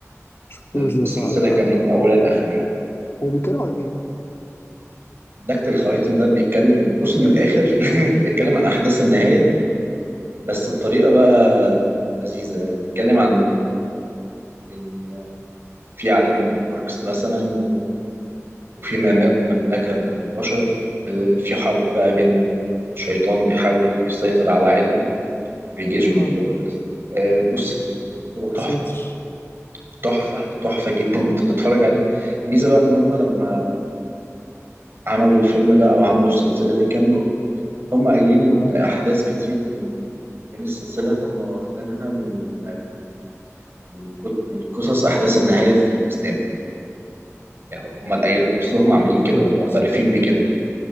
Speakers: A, on the left; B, on the right.
A: شفتوش
B: السلسله
A: ده بصراحه
B: كامله
A: أنا-
B: من اولها
A: هو هو-
B: لاخرها
A: هو- هو بيتكلم عن ايه؟
B: لكت الخواتم ده بيتكلم بص من الاخر <laughs> بيتكلم عن احداث النهايه بس بطريقه بقى لذيذه يعني بيتكلم عن ان في عالم من الاوركس مثلا وفي مم- مملكة من البشر آه، في حرب بقى بين شيطان بيحاول يسيطر على العالم وجيش
A: اه
B: من الأوركس آه، بص ال- هو تحفة
A: ساتر
B: تحفة تحفة جدا انت بتتفرج عليه ميزة بقى ان هما لما عملوا الفيلم ده او عملوا السلسلة دي كاملة هما قايلين ان
A: اه
B: احداث كتير من من السلسلة هما واخدينها من آه، من كت- من قصص احداث النهاية في الاسلام يعني هما اللي قايلين نفسهم عاملين كده
A: بجد
B: ومعترفين بكده